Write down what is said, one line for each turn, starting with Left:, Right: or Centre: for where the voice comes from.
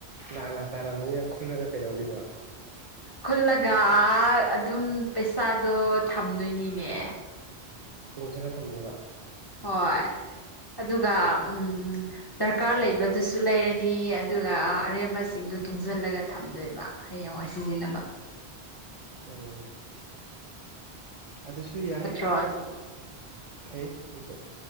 Right: ꯂꯥꯛ ꯂꯥꯛ ꯇꯥꯔꯝꯃꯅꯤ ꯅꯪ ꯈꯨꯜꯂꯒ ꯀꯩꯗꯧꯔꯤꯅꯣ
Left: ꯈꯨꯜꯂꯒ ꯑꯗꯨꯝ ꯄꯩꯁꯥꯗꯣ ꯊꯝꯗꯣꯏꯅꯤꯅꯦ
Right: ꯇꯨꯡꯁꯤꯅ ꯊꯝꯕꯤꯕ
Left: ꯍꯣꯏ ꯑꯗꯨꯒ ꯎꯝ ꯗꯔꯀꯥꯔ ꯂꯩꯕꯗꯨꯁꯨ ꯂꯩꯔꯅꯤ ꯑꯗꯨꯒ ꯑꯔꯦꯝꯕꯁꯤꯡꯗꯨ ꯇꯨꯡꯁꯤꯜꯂꯒ ꯊꯝꯗꯣꯏꯕ ꯍꯌꯦꯡꯋꯥꯏ ꯁꯤꯖꯤꯟꯅꯕ
Right: ꯎꯝ <unintelligible> <inaudible> ꯑꯗꯨꯁꯨ ꯌꯥꯏ
Left: ꯍꯗꯣ <unintelligible> <inaudible>
Right: ꯐꯩ ꯑꯗꯨꯁꯨ